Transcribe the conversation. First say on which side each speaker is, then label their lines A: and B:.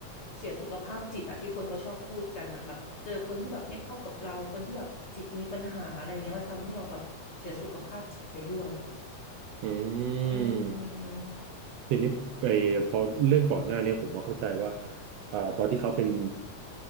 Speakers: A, on the left (about 45°); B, on the right (about 85°).
A: เสียสุขภาพจิตอะที่คนเขาชอบพูดกันอะแบบเจอคนที่แบบไม่เข้ากับเราคนที่แบบจิตมีปัญหาอะไรอย่างเงี้ยมันทำให้เราแบบเสียสุขภาพจิตไปด้วย
B: อืม
A: อืม
B: ทีนี้ไปพอเรื่องก่อนหน้าเนี้ยผมก็เข้าใจว่าอ่าตอนที่เขาเป็น